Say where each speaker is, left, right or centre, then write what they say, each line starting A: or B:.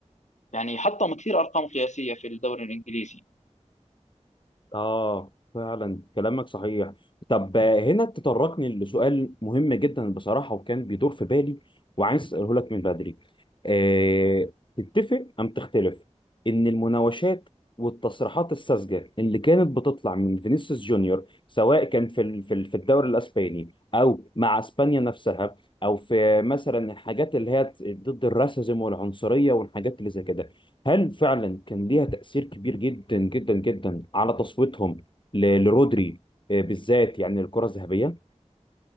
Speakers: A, on the left; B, on the left.
A: يعني حطم كثير أرقام قياسية في الدوري الإنجليزي
B: آه فعلا كلامك صحيح طب آه، هنا تطرقني لسؤال مهم جدا بصراحة وكان بيدور في بالي وعايز أسأله لك من بدري آه، تتفق أم تختلف إن المناوشات والتصريحات الساذجة اللي كانت بتطلع من فينيسيوس جونيور سواء كان في ال- في ال- في الدوري الأسباني أو مع أسبانيا نفسها أو في مثلا الحاجات اللي هي ضد الراسيزم والعنصرية والحاجات اللي زي كده هل فعلا كان ليها تأثير كبير جدا جدا جدا على تصويتهم ل- لرودري آه، بالذات يعني الكرة الذهبية؟